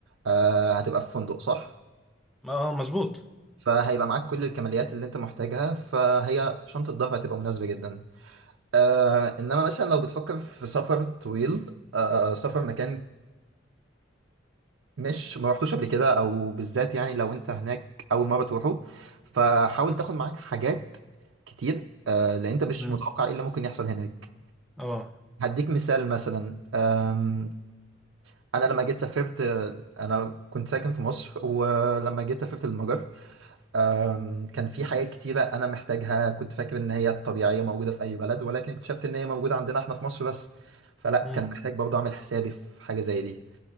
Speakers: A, on the right; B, in the centre.
A: أه، هتبقى في فندق صح؟
B: اه مظبوط
A: فهيبقى معاك كل الكماليات اللي أنت محتاجها فهي شنطة الظهر هتبقى مناسبة جدا أه، إنما مثلا لو بتفكر في سفر طويل أه، سفر مكان مش ما رحتوش قبل كده او بالذات يعني لو انت هناك اول مره تروحوا فحاول تاخد معاك حاجات كتير آه، لان انت مش
B: مم.
A: متوقع ايه اللي ممكن يحصل هناك
B: اه
A: هديك مثال مثلا آم، انا لما جيت سافرت آه، انا كنت ساكن في مصر ولما جيت سافرت المجر آم، كان في حاجات كتيره انا محتاجها كنت فاكر ان هي طبيعيه موجوده في اي بلد ولكن اكتشفت ان هي موجوده عندنا احنا في مصر بس فلا
B: مم.
A: كان محتاج برضه اعمل حسابي في حاجه زي دي